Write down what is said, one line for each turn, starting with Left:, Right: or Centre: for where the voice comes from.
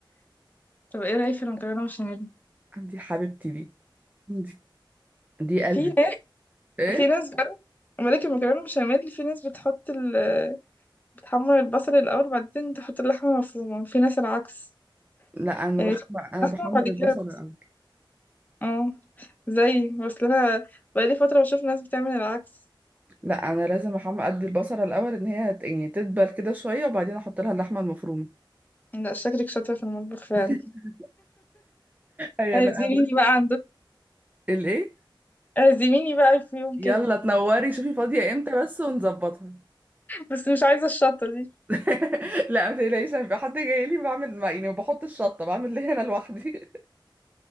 Left: طب ايه رأيك في المكرونة بشاميل
Right: دي حبيبتي دي دي, دي قلبي
Left: في ناس
Right: ايه
Left: في ناس بقى ملك المكرونة بشاميل في ناس بتحط ال... بتحمر البصل الأول وبعدين تحط اللحمة المفرومة في ناس العكس
Right: لا انا
Left: يعني
Right: بحمر انا
Left: لحمة
Right: بحمر
Left: وبعد كده
Right: البصل الاول
Left: اه زي اصل انا بقالي فترة بشوف ناس بتعمل العكس
Right: لا انا لازم احمر ادي البصله الاول ان هي هت- يعني تدبل كده شويه وبعدين احط لها اللحمه المفرومه
Left: لا شكلك شاطرة في المطبخ فعلا
Right: <laughs> ايوه
Left: اعزميني
Right: لا بص
Left: بقى عندك
Right: الايه
Left: اعزميني بقى في يوم
Right: يلا
Left: كده
Right: تنوري شوفي فاضيه امتى بس ونظبطها
Left: بس مش عايزة الشطة دي
Right: <laughs> لا ما تقلقيش لما يبقى حد جاي لي بعمل ما يعني ما بحط الشطه بعمل اللي هنا لوحدي